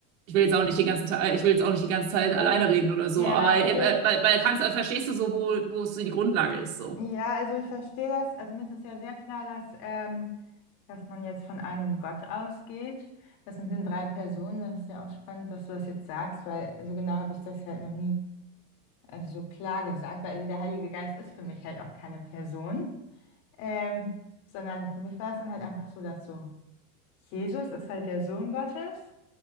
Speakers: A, on the right; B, on the left.
A: Ich will jetzt auch nicht die ganzen, Te- ich will jetzt auch nicht die ganze Zeit
B: Ja,
A: alleine reden oder so,
B: ja,
A: aber äh,
B: also,
A: äh, weil, weil kannst, verstehst du so, wo, wo es so die Grundlage ist, so.
B: ja, also ich verstehe das. Also mir ist das ja sehr klar, dass, ähm, dass man jetzt von einem Gott ausgeht. Das mit den drei Personen, das ist ja auch spannend, dass du das jetzt sagst, weil so genau habe ich das halt noch nie Also so klar gesagt, weil der Heilige Geist ist für mich halt auch keine Person, ähm, sondern für mich war es dann halt einfach so, dass so Jesus ist halt der Sohn Gottes